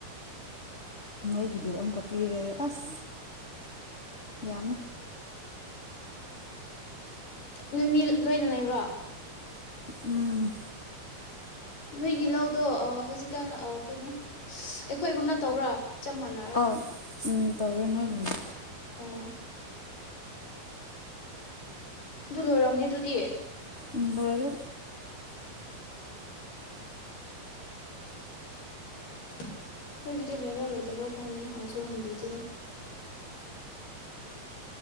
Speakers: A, on the left (about 25°); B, on the left (about 75°).
A: ꯃꯩꯒꯤ ꯕꯤꯜ ꯑꯃꯈꯛ ꯄꯤꯔꯦ ꯑꯁ ꯌꯥꯝꯃꯦ
B: ꯅꯃꯤ ꯂꯣꯏꯅ ꯂꯩꯕ꯭ꯔꯣ
A: ꯎꯝ
B: ꯅꯣꯏꯒꯤ ꯂꯧꯗꯣ ꯍꯧꯖꯤꯛꯀꯥꯟ ꯀꯩꯅꯣ ꯑꯩꯈꯣꯏꯒꯨꯝꯅ ꯇꯧꯔꯥ ꯆꯞ ꯃꯥꯟꯅꯔꯒ
A: ꯑꯥꯎ ꯎꯝ ꯇꯧꯦ ꯅꯣꯏꯒꯨꯅ
B: ꯑꯣ ꯑꯗꯨ ꯂꯣꯏꯔꯝꯅꯤ ꯑꯗꯨꯗꯤ
A: ꯎꯝ ꯂꯣꯏꯔꯦ
B: ꯑꯩꯈꯣꯏꯒꯤꯗꯤ ꯂꯣꯏꯕ꯭ꯔꯥ ꯂꯣꯏꯗꯕ꯭ꯔꯥ ꯈꯪꯗꯦ ꯍꯪꯁꯨ ꯍꯪꯕꯤꯗꯦꯗ